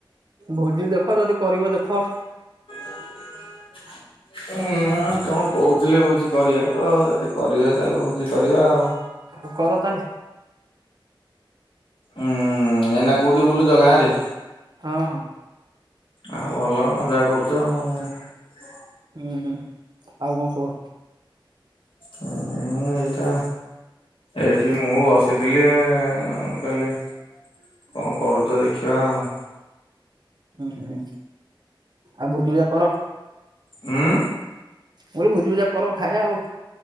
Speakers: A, on the right (about 55°); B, on the left (about 75°).
A: ଭୋଜି ଦେଖ ଯଦି କରିବ ଦେଖ
B: <unintelligible> ହୁଁ କଣ କହୁଥିଲେ ଭୋଜିି କରିବାକୁ ଆଉ ଯଦି କରିବେ ତାହେଲେ ଭୋଜି କରିବା ଆଉ
A: ଆଉ କର ତାହେଲେ
B: ହୁଁ ଏନା କୋଉଠି ବୁଲୁଛ ଗାଁରେ
A: ହଁ, ହଁ।
B: ଆଉ, ଭଲ ମଜାହା କରୁଛ ଆଉ।
A: ହୁଁ। ଆଉ କଣ କୁହ।
B: ହଁ ଏଇଟା। ଏଇଠି ମୁଁ ବସି କହିଲେ କଣ କରୁଛ ଦେଖିବା ଆଉ।
A: ଉୁଁ ହୁଁ। ଆଉ ଭୋଜି ଭଜ କର।
B: ହଁ।
A: ମୁଁ ଭୋଜିିବୁଜା କର। ଖାଇବା ଆଉ।